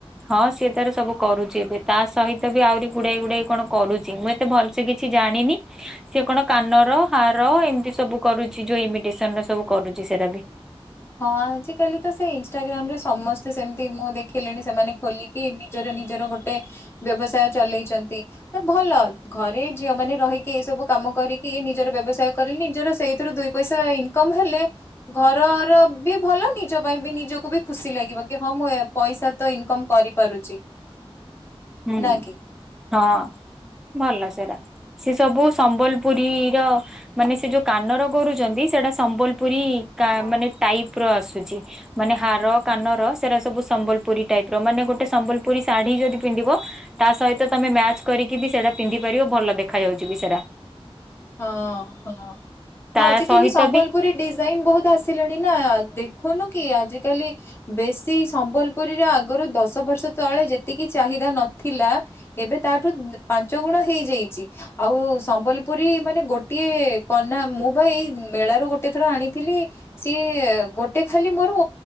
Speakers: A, in the centre; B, on the left.
A: ହଁ ସିଏ ତାର ସବୁ କରୁଛି ଏବେ ତା ସହିତ ବି ଆହୁରି ଗୁଡାଇ ଗୁଡାଇ କଣ କରୁଛି ମୁଁ ଏତେ ଭଲସେ କିଛି କିଛି ଜାଣିନି ସେ କଣ କାନର ହାର ଏମିତି ସବୁ କରୁଛି ଯୋଉ ଇମିଟେସନ ର ସବୁ କରୁଛି। ସେରା ବି
B: ହଁ ଆଜିକାଲି ତ ସେ ଇନସଷ୍ଟାଗ୍ରାମ ରେ ସମସ୍ତେ ସେମିତି ମୁଁ ଦେଖିଲିଣି। ସେମାନେ ଖୋଲିକି ନିଜର ନିଜର ଗୋଟେ ବ୍ୟବସାୟ ଚଲେଇଛନ୍ତି ଭଲ ଘରେ ଝିଅ ମାନ ରହିକି ଏଇ ସବୁ କାମ କରିକି ନିଜର ବ୍ୟବସାୟ କଲେ ନିଜର ସେଇଥିରୁ ଦୁଇ ପଇସା ଇନକମ ହେଲେ ଘରର ବି ଭଲ ନିଜ ପାଇଁ ବି ନିଜକୁ ବି ଖୁସି ଲାଗିବ କି ହଁ ମୁଁ ପଇସା ତ ଇନକମ କରିପାରୁଛି।
A: ହୁଁ
B: ନା କି?
A: ହଁ। ଭଲ ସେଟା ସେ ସବୁ ସମ୍ବଲପୁରୀର ମାନେ ସେ ଯୋଉ କାନର ଗରୁଛନ୍ତି? ସେଟା ସମ୍ବଲପୁରୀ ମାନେ ଟାଇପ ର ଆସୁଛି ମାନେ ହାର କାନର ସେରା ସବୁ। ସମ୍ବଲୁରୀ ଟାଇପ ର ମାନେ ଗୋଟେ ସମ୍ବଲପୁରୀ ଶାଢୀ ଯଦି ପିନ୍ଧିବ ତା ସହିତ ତମେ ମ୍ୟାଚ କରିକି ବି ସେଟା ପିନ୍ଧି ପାରିବ ଭଲ ଦେଖା ଯାଉଚି ବି ସେଟା।
B: ହଁ ହଁ।
A: ତା
B: ଆଜିକାଲି
A: ସହିତ
B: ସମ୍ବଲପୁରୀ
A: ବି
B: ଡିଜାଇନ ବହୁତ ଆସିଲାଣି ନା ଦେ ଦେଖୁନୁ କି ଆଜିକାଲି ବେଶୀ ସମ୍ବଲପୁରୀରେ ଆଗରୁ ଦ ଦଶ ବର୍ଷ ତଳେ ଯେତିକି ଚାହିଦା ନଥିଲା ଏବେ ତାଠୁ ପାଞ୍ଚ ଗୁଣ ହେଇଯାଇଚି। ଆଉ ସମ୍ବଲ ପୁରୀ ମାନେ ଗୋଟିଏ କନା ମୁଁ ଭାଇ ମେଳାରୁ ଗୋଟିଏ ଥର ଆଣିଥିଲି ସିଏ ଗୋଟେ ଖାଲି ମୋର